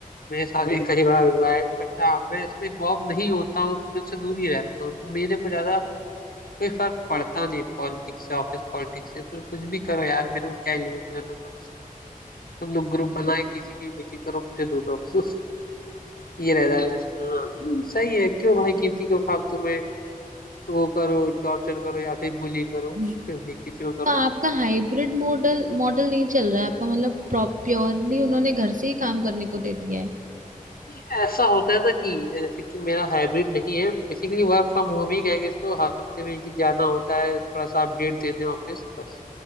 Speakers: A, on the left; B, on the right.
A: मेरे साथ भी कई बार हुआ है बट हाँ मैं इसमें इन्वॉल्व नहीं होता हूँ तो मैं उससे दूर ही रहता हूँ तो मेरे को ज्यादा कोई फर्क पड़ता नहीं पॉलिटिक्स से ऑफिस पॉलिटिक्स से तो कुछ भी करो यार मेरे को क्या लेना देना तुम लोगों से तुम लोग ग्रुप बनाए किसी भी मीटिंग करो मुझसे दूर रहो <laughs> ये रहता है वैसे हाँ ये सही है क्यों भाई किसी को फालतू में वो करो टॉर्चर करो या फिर बुली करो
B: <laughs>
A: क्यों भाई किसी को करो
B: तो आपका हाइब्रिड मॉडल मॉडल नहीं चल रहा है आपका मतलब प्योरली उन्होंने घर से ही काम करने को दे दिया है
A: ये ऐसा होता है ना कि जैसे कि मेरा हाइब्रिड नहीं है बेसिकली वर्क फ्रॉम होम ही कहेंगे इसको हफ्ते में एक दिन जाना होता है थोड़ा सा अपडेट देने ऑफिस बस